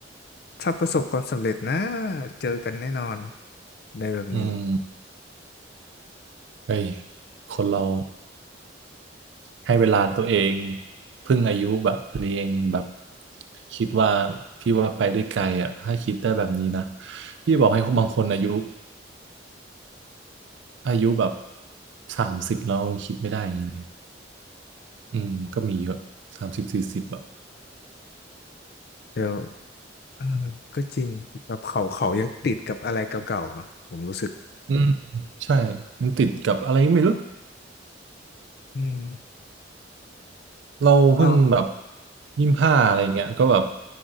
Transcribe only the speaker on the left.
ถ้าประสบความสำเร็จนะเจอกันแน่นอนในแบบนี้
เดี๋ยวเออก็จริงแบบเขาเขายังติดกับอะไรเก่าๆเนาะผมรู้สึก
อืม
อ๋อ